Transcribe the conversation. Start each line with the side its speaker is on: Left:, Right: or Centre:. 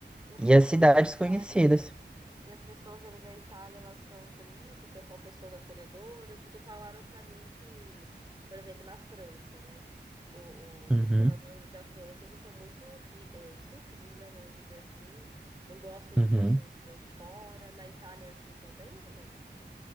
Right: E as
Centre: e
Right: pessoas
Centre: as cidades
Right: da Itália,
Centre: conhecidas.
Right: e as pessoas ali da Itália, elas são solícitas, são pessoas acolhedoras, porque falaram pra mim que, por exemplo, na França, né? o-
Centre: Uhum,
Right: o- os moradores ali da França, eles são muito ri- é, estúpidos, né? Vamos dizer assim. Não gostam
Centre: uhum.
Right: de pessoas que vêm de fora. Na Itália é assim também ou não?